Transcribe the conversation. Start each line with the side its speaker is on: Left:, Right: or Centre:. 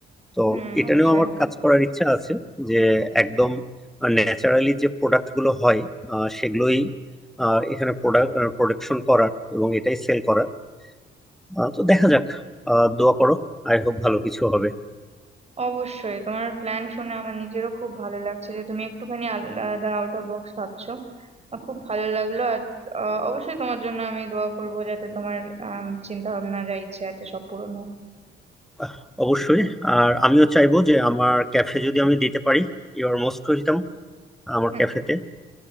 Centre: তো
Right: হুম
Centre: এটা
Right: অবশ্যই
Centre: নিয়েও আমার কাজ করার ইচ্ছা আছে যে একদম ন্যাচারালি যে প্রোডাক্ট গুলো হয় আহ, সেগুলোই আহ, এখানে প্রোডাক্ট প্রোডাকশন করার এবং এটাই সেল করার আহ, তো দেখা যাক আহ, দোয়া করো আই হোপ ভালো কিছু হবে
Right: অবশ্যই তোমার প্ল্যান শুনে আমার নিজেরও খুব ভালো লাগছে যে তুমি একটুখানি আলাদা আউট অফ বক্স ভাবছো আহ, খুব ভালো লাগলো আর আহ, অবশ্যই তোমার জন্য আমি দোয়া করব যাতে তোমার চিন্তা ভাবনা যা ইচ্ছে আছে সব পূরণ হোক
Centre: আহ, অবশ্যই আর আমিও চাইবো যে আমার ক্যাফে যদি আমি দিতে পারি ইউ আর মোস্ট ওয়েলকাম আমার
Right: হুম,
Centre: ক্যাফেতে